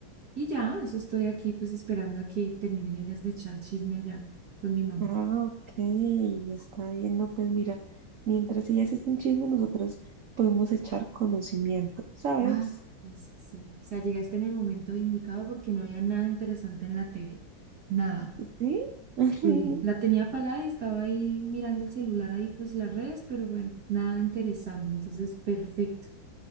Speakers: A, on the right (about 55°); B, on the right (about 80°).
A: Y ya, eso estoy aquí pues esperando a que terminen ellas de echar chisme allá con mi mamá.
B: ah, ok, está bien, no, pues mira, mientras ellas estén chisme, nosotros podemos echar conocimiento, ¿sabes?
A: Ah, sí, sí, sí. O sea, llegaste en el momento indicado porque no había nada interesante en la TV. Nada.
B: ¿Sí? <laughs>
A: Sí, la tenía apagada y estaba ahí mirando el celular ahí, pues las redes, pero bueno, nada interesante. Entonces, perfecto.